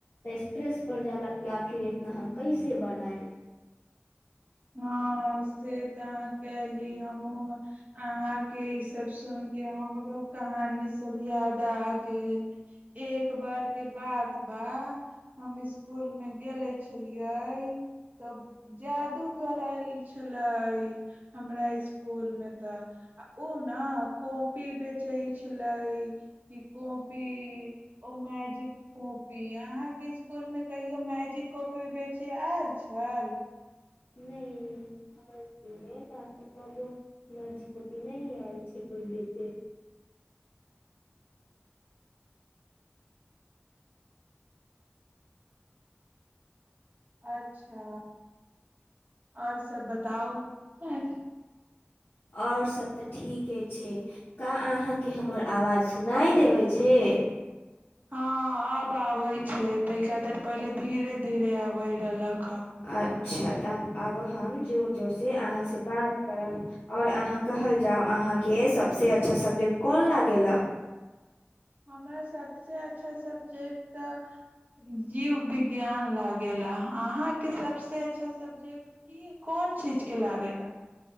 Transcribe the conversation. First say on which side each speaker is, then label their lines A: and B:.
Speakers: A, on the left; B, on the right.
A: तऽ स्ट्रेस प जा कि आखिर इतना हम कैसे बनायब
B: हँ से तऽ अहाँ कली हमहहुँ अहाँके ईसभ सुन के हमरो कहानी सब याद आ गेल एक बार के बात बा हम इसकुल मे गेले छलियै तब जादू गल छले हमरा इसकुल मे तऽ ओ ने कॉपी बेचे छले कि कॉपी ओ मैजिक कोपी अहहाँ क स्कुल मे कहियो मैजिक कॉपी बेच आयल छल
A: नहि त कहबो नर्जी कॉपी नहि आयल छै कोइ बेचै
B: अच्छा आओर सब बताउ पैदल
A: आओर सब तऽ ठीक के छी क अहाँके हमर आवाज सुनाय देबै छै
B: हँ अब आबै छै तहि एकाादर पहिले धीरे धीरे आबै रहलक ह
A: अच्छा तऽ आब हम जोर जोरसँ अहाँसँ बात करब आओर अहाँ कहल जाउ अहाँके सभसँ अच्छा सब्जेक्ट कोन लागैए
B: हमरा सभसँ अच्छा सब्जेक्ट तऽ जीवविज्ञान लागैए अहाँके सभसँ अच्छा सब्जेक्ट की कोन चीजके लागैए